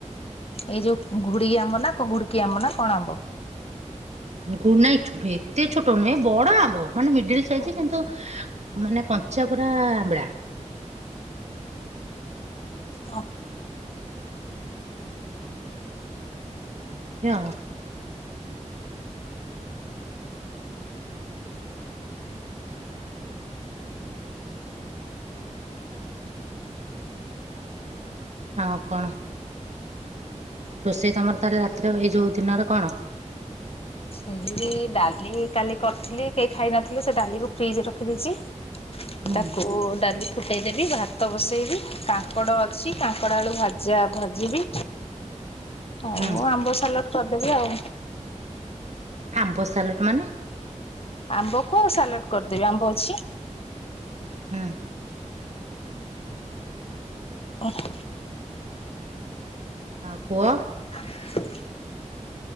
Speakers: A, on the left (about 50°); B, on the right (about 65°).
A: ଏଇ ଯୋଉ ଘୁଡିକି ଆମ୍ବ ନା କଁ ଘୁଡିକି ଆମ୍ବ ନା କଣ ଆମ୍ବ?
B: ହୁଁ, ଗୁ ନାଇଟି ଏତେ ଛୋଟ ନୁହେଁ ବଡ ଆମ୍ବ ମାନେ ମିଡିଳି ସାଇଜି କିନ୍ତୁ ମାନେ କଞ୍ଚା ପୁରା ଆମ୍ବିଳା।
A: ଓ
B: <unintelligible> ହଁ କଣ? ରୋଷେଇ ତୋମର ତାହେଲେ ରାତିରେ ଏଇ ଯୋଉ ଦିନରେ କଣ?
A: <unintelligible> ଡାଲି କାଲି କରିଥିଲି କେଇ ଖାଇ ନଥିଲେ ସେ ଡାଲିକୁ ଫ୍ରିଜ୍ ରେ ରଖିଦେଇଛି।
B: ହୁଁ
A: ତାକୁ ଡାଲି ଥୁ ଫୁଟେଇ ଦେବି, ଭାତ ବସେଇବି, କାଙ୍କଡ଼ ଅଛି କାଙ୍କଡ଼ା ଆଳୁ ଭାଜା ଭାଜିବି। ଆଉ
B: ହୁଁ।
A: ଆମ୍ବ ସାଲଟ କରିଦେବି ଆଉ।
B: ଆମ୍ବ ସାଲଟ ମାନେ?
A: ଆମ୍ବ କୁ ସାଲାଟ କରିଦେବି ଆମ୍ବ ଅଛି।
B: ହୁଁ।
A: ଓଃ!
B: ଆଉ ପୁଅ?
A: ହ